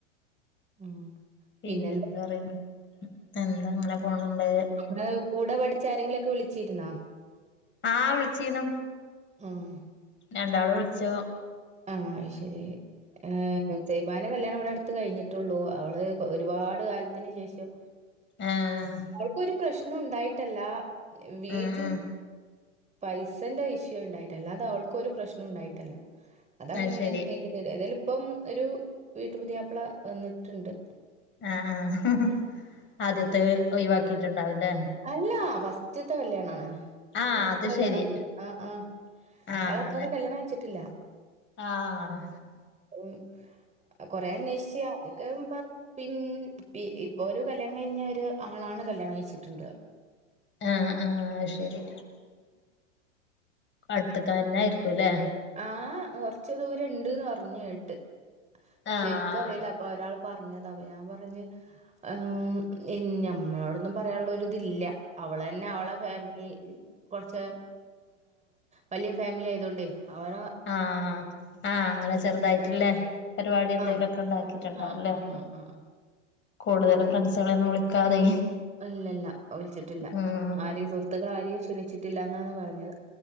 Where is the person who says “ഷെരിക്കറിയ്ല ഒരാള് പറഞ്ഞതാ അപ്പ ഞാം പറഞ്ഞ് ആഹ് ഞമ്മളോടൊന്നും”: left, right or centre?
Right